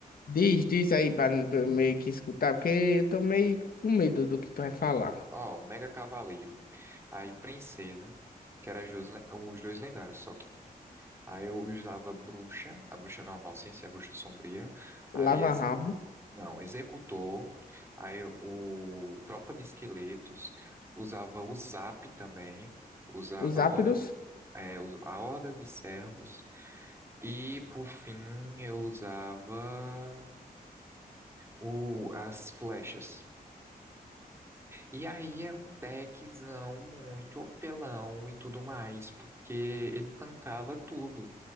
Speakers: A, on the left; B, on the right.
A: Diz, diz aí pra, pra eu meio que escutar, porque eu tô meio com medo do que tu vai falar.
B: Ó, o Mega Cavaleiro. Aí, Princesa, que era as duas le- os dois lendários só que tinha. Aí eu usava Bruxa, a Bruxa normal, sem ser a Bruxa Sombria.
A: O
B: Aí,
A: Lava
B: ex-
A: Round,
B: não, Executor. Aí, o Tropa de Esqueletos. Usava o Zap também. Usava
A: os Zapdos.
B: Or- é, a Horda de Servos. E, por fim, eu usava. o, as flechas. E aí era um deckzão muito apelão e tudo mais, porque ele tancava tudo